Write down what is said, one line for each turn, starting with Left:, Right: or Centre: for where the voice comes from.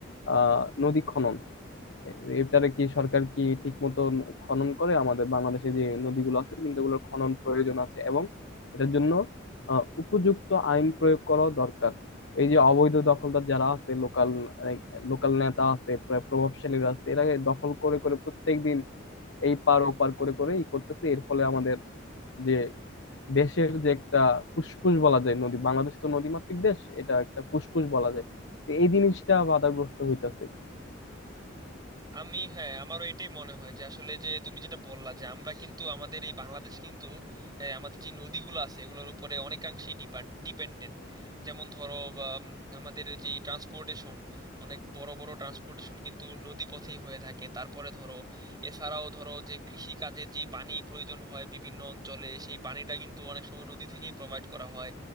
Left: আহ নদী খনন এ- এটারে কি সরকার কি ঠিক মতো খনন করে আমাদের বাংলাদেশে যে নদীগুলো আছে কিন্তু এগুলোর খনন প্রয়োজন আছে এবং এটার জন্য আহ, উপযুক্ত আইন প্রয়োগ করা দরকার এই যে অবৈধ দখলদার যারা আছে লোকাল লোকাল নেতা আছে প্র- প্রভাবশালীরা আছে এরা দখল করে করে প্রত্যেকদিন এই পার ওপার করে করে ই করতেছে এর ফলে আমাদের যে দেশের যে একটা ফুসফুস বলা যায় নদী বাংলাদেশ তো নদীমাতৃক দেশ এটা একটা ফুসফুস বলা যায় তো এই জিনিসটা বাধাগ্রস্ত হইতাছে
Right: আমি হ্যাঁ আমারও এটাই মনে হয় যে আসলে যে তুমি যেটা বললা যে আমরা কিন্তু আমাদের এই বাংলাদেশ কিন্তু আহ, আমাদের যে নদীগুলো আছে এগুলোর উপরে অনেকাংশেই ডিপেন্ডেন্ট যেমন ধরো বা, উম, আমাদের যে ট্রান্সপোর্টেশন অনেক বড় বড় ট্রান্সপোর্টেশন কিন্তু নদী পথেই হয়ে থাকে তারপরে ধরো এছাড়াও ধরো যে কৃষি কাজে যে পানি প্রয়োজন হয় বিভিন্ন অঞ্চলে সেই পানিটা কিন্তু অনেক সময় নদী থেকেই প্রোভাইড করা হয়